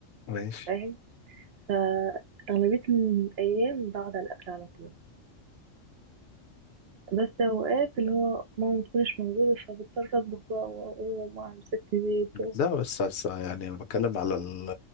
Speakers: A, on the left; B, on the right.
A: <laughs> ماشي
B: فاهم فأغلبية الأيام بقعد على الأكل على طول بس أوقات اللي هو ماما متكونش موجودة فبضطر أطبخ بقى وأقوم وأعمل ست زيت
A: لا بس بس يعني انا بتكلم على ال